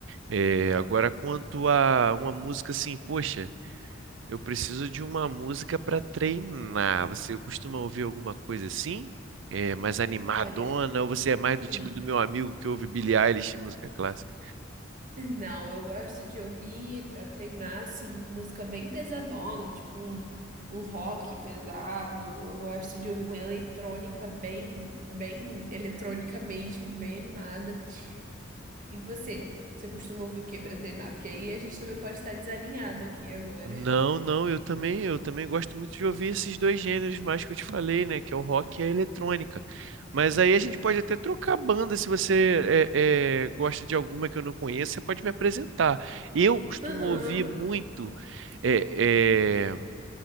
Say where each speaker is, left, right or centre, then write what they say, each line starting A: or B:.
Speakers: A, on the right (about 70°); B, on the right (about 40°).
A: É, agora, quanto a uma música assim, poxa, eu preciso de uma música para treinar. Você costuma ouvir alguma coisa assim? É, mais animadona?
B: Olha,
A: Ou você é mais do
B: sim.
A: time do meu amigo que ouve Billie Eilish, e música clássica?
B: Não, eu gosto de ouvir para treinar, assim, música bem pesadona, tipo um, um rock pesado. Eu gosto de ouvir uma eletrônica bem, bem eletrônica mesmo, bem animada. E você? Você costuma ouvir o que para treinar? Porque aí a gente também pode estar desalinhado aqui agora.
A: Não, não, eu também, eu também gosto muito de ouvir esses dois gêneros mais que eu te falei, né? Que é o rock e a eletrônica. Mas aí a gente pode até trocar banda, se você é, é, gosta de alguma que eu não conheço, você pode me apresentar. Eu costumo
B: Aham.
A: ouvir muito é,